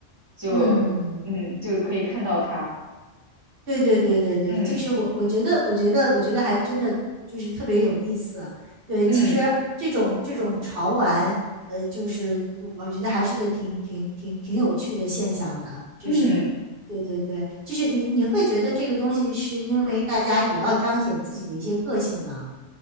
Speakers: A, on the right (about 20°); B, on the right (about 50°).
A: 就嗯就可以看到它，
B: 嗯对对对对对，
A: 嗯
B: 就是我，我觉得，我觉得，我觉得还真的就是特别有意思。对，
A: 嗯
B: 其实这种这种潮玩，呃，就是我觉得还是个挺挺挺挺有趣的现象的。就是，
A: 嗯。
B: 对对对，就是你你会觉得这个东西是因为大家也要彰显自己的一些个性嘛，